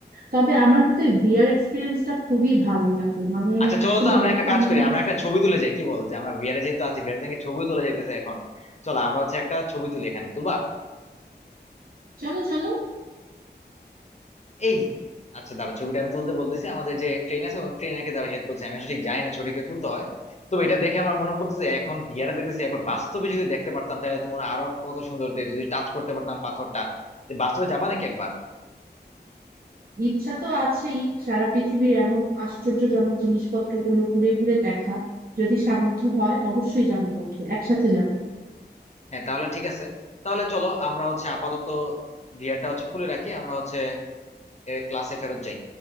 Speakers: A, on the right (about 55°); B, on the left (about 40°).
A: তবে আমার কিন্তু এই বিয়ার এক্সপিরিয়েন্সটা খুবই ভালো লাগলো মানে
B: আচ্ছা চলো
A: আসলেই
B: তো আমরা
A: দেখো
B: একটা কাজ
A: আমরা
B: করি
A: কিন্তু
B: আমরা একটা ছবি তুলে যাই কি বল যে আমরা ভিআরে যেহেতু আছি ভিআরে থেকে ছবিও তুলে যাইতেছে এখন চলো আমরা হচ্ছে একটা ছবি তুলি এখানে তুলবা
A: চলো চলো
B: এই আচ্ছা দাঁড়া ছবিটা আমি তুলতে বলতেছি আমাদের যে ট্রেন আছে ট্রেনারকে তারা হেল্প করছে আমি আসলে ঠিক জানি না ছবিটাকে তুলতে হয় তবে এটা দেখে আমার মনে পড়তেছে এখন ভিআরে দেখতেছি একবার বাস্তবে যদি দেখতে পারতাম তাহলে তোমার আরো কত সুন্দর হতো। যদি টাচ করতে পারতাম পাথরটা তো বাস্তবে যাবা নাকি একবার
A: ইচ্ছা তো আছেই সারা পৃথিবীর এমন আশ্চর্যজনক জিনিসপত্রগুলো ঘুরে ঘুরে দেখা যদি সামর্থ্য হয় অবশ্যই যাব বন্ধু একসাথে যাব
B: হ্যাঁ তাহলে ঠিক আছে তাহলে চলো আমরা হচ্ছে আপাতত ভিআরটা হচ্ছে খুলে রাখি আমরা হচ্ছে ক্লাসে ফেরত যাই